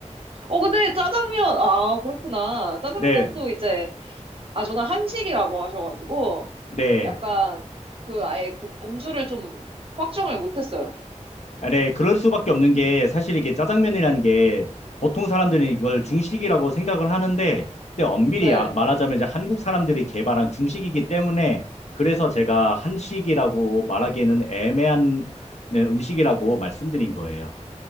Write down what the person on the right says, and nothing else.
어, 근데 짜장면, 아, 그렇구나. 짜장면도
이제, 아, 저는 한식이라고 하셔가지고,
약간, 그, 아예 그 범주를 좀 확정을 못했어요.
네.